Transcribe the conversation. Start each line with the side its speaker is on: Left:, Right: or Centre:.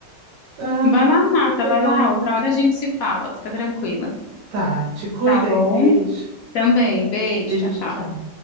Right: Ai,
Left: Vai lá, Marta,
Right: vou pegar
Left: vai lá,
Right: uma aguinha.
Left: outra hora a gente se fala, fica tranquila.
Right: Tá, te cuida
Left: Tá bom?
Right: aí. Beijo.
Left: Também, beijo,
Right: Beijo,
Left: tchau, tchau.
Right: tchau.